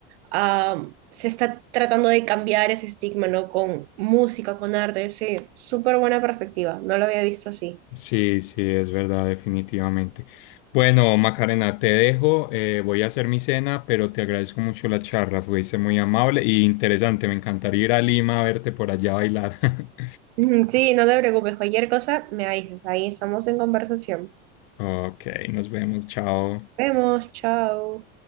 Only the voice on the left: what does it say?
Sí, sí, es verdad, definitivamente. Bueno, Macarena, te dejo, eh, voy a hacer mi cena, pero te agradezco mucho la charla, fuiste muy amable y interesante, me encantaría ir a Lima a verte por allá bailar. <laughs>
Ok, nos vemos, chao.